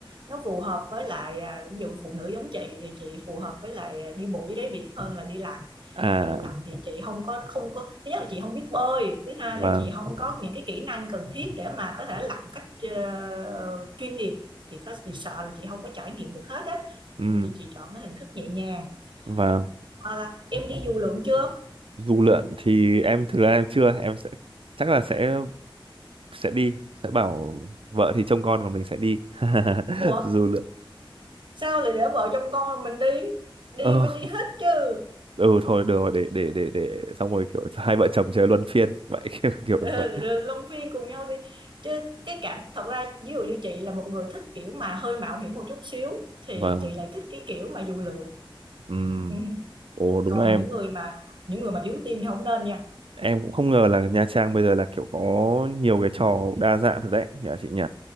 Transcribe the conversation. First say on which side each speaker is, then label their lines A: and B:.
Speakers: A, on the right; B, on the right.
A: nó phù hợp với lại à, ví dụ phụ nữ giống chị thì chị phù hợp với lại à, đi bộ dưới đáy biển hơn là đi lặn
B: à
A: tại vì lặn thì chị không có không có thứ nhất là chị không biết bơi thứ hai
B: vâng
A: là chị không có những cái kỹ năng cần thiết để mà có thể lặn cách ờ, chuyên nghiệp thì có chị sợ là chị không có trải nghiệm được hết á
B: ừ,
A: nên thì chị chọn cái hình thức nhẹ nhàng
B: vâng
A: hoặc là em đi dù lượn chưa
B: du lượn thì em thực ra em chưa em sẽ chắc là sẽ sẽ đi sẽ bảo vợ thì trông con còn mình sẽ đi <laughs>
A: ủa
B: du lượn
A: sao lại để vợ chồng con mình đi đi
B: ờ,
A: phải đi hết chứ
B: ừ thôi được rồi để để để để xong rồi kiểu <laughs> hai vợ chồng chơi luân phiên vậy <laughs> kiểu, kiểu
A: ừ,
B: vậy
A: rồi luân phiên cùng nhau đi chứ cái cảm thật ra ví dụ như chị là một người thích kiểu mà hơi mạo hiểm một chút xíu thì
B: vâng
A: chị lại thích cái kiểu mà dù lượn
B: ừm
A: ừ.
B: ồ đúng
A: còn
B: là em
A: những người mà những người mà yếu tim thì không nên nha
B: em cũng không ngờ là Nha Trang bây giờ là kiểu có nhiều cái trò đa dạng thật đấy nhờ chị nhỉ